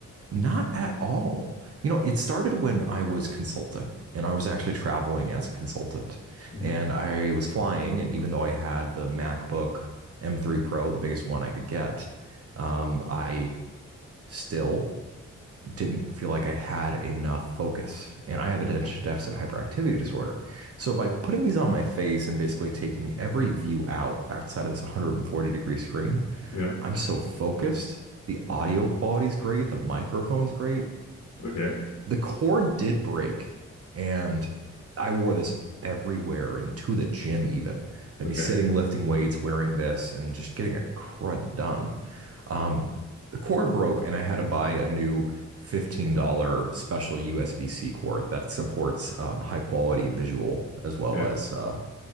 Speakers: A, on the right (about 50°); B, on the left (about 55°).
A: Not at all. You know, it started when I was consulting and I was actually traveling as a consultant.
B: hmm
A: And I was flying, and even though I had the MacBook M3 Pro, the biggest one I could get, um, I still didn't feel like I had enough focus. And I have attention deficit hyperactivity disorder. So by putting these on my face and basically taking every view out outside of this 140 degree screen,
B: Yeah.
A: I'm so focused. The audio quality's great. The microphone's great.
B: Okay.
A: The cord did break, and I wore this everywhere and to the gym even. I'd
B: Okay.
A: be sitting lifting weights wearing this and just getting a crud done. Um, the cord broke, and I had to buy a new $15 special USB-C cord that supports um, high quality visual as well
B: Okay.
A: as uh,